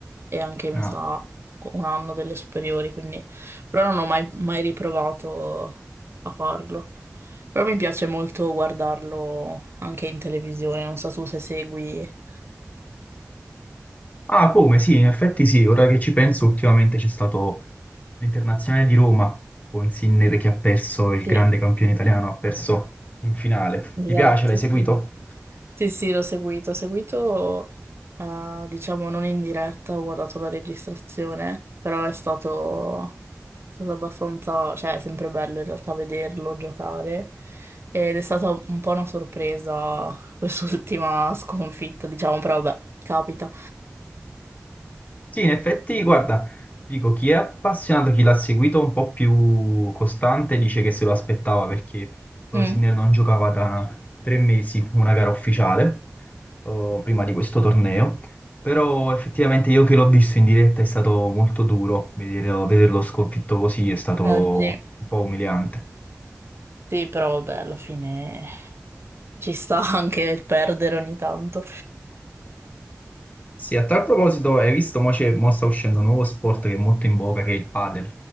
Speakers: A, on the right; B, on the left.
A: e anche mi
B: No.
A: sa un anno delle superiori, quindi però non ho mai, mai riprovato a farlo. Però mi piace molto guardarlo anche in televisione, non so tu se segui.
B: Ah, come? Sì, in effetti sì, ora che ci penso, ultimamente c'è stato l'Internazionale di Roma con Sinner che ha perso il
A: Sì,
B: grande campione italiano, ha perso in finale.
A: esatto,
B: Ti piace? L'hai seguito?
A: sì. Sì, sì, l'ho seguito. Ho seguito, eh, diciamo, non in diretta, ho guardato la registrazione, però è stato, è stato abbastanza, cioè, è sempre bello in realtà vederlo giocare. Ed è stata un po' una sorpresa <laughs> quest'ultima sconfitta, diciamo, però vabbè, capita.
B: Sì, in effetti, guarda, ti dico, chi è appassionato, chi l'ha seguito un po' più costante, dice che se lo aspettava perché eh,
A: Mm,
B: Sinner non giocava da tre mesi una gara ufficiale, eh, prima di questo torneo. Però effettivamente io che l'ho visto in diretta è stato molto duro, vedere- vederlo sconfitto così è stato
A: eh, sì,
B: un po' umiliante.
A: sì, però vabbè, alla fine ci sta <laughs> anche perdere ogni tanto.
B: Sì, a tal proposito, hai visto, mo, c'è- mo sta uscendo un nuovo sport che è molto in voga, che è il padel.